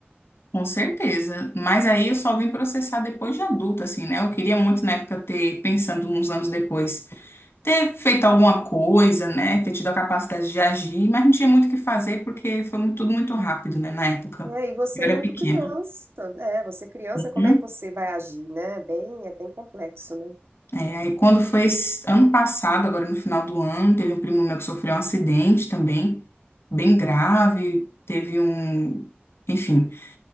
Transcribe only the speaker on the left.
Com certeza. Mas aí eu só vim processar depois de adulta, assim, né? Eu queria muito na época ter, pensando uns anos depois, ter feito alguma coisa, né? Ter tido a capacidade de agir, mas não tinha muito o que fazer porque foi mu- tudo muito rápido, né? Na época.
Eu
era pequena.
Uhum.
É, aí quando foi esse ano passado, agora no final do ano, teve um primo meu que sofreu um acidente também, bem grave, teve um, enfim.